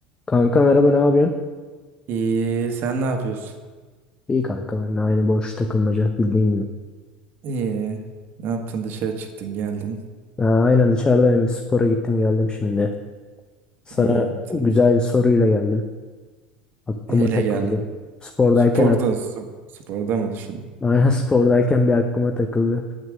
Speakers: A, on the left; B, on the right.
A: Kanka merhaba ne yapıyorsun?
B: İyi, sen ne yapıyorsun?
A: İyi kanka ben de aynı boş takılmaca bildiğin gibi.
B: İyi. Ne yaptın? Dışarı çıktın, geldin.
A: Ha, aynen dışarıdayım bir spora gittim geldim şimdi. Sana
B: İyi yaptın.
A: güzel bir soruyla geldim. Aklıma
B: Neyle
A: takıldı.
B: geldin?
A: Spordayken
B: Sporda,
A: ak-
B: sp- sporda mı düşündün?
A: <laughs> aynen spordayken bir aklıma takıldı.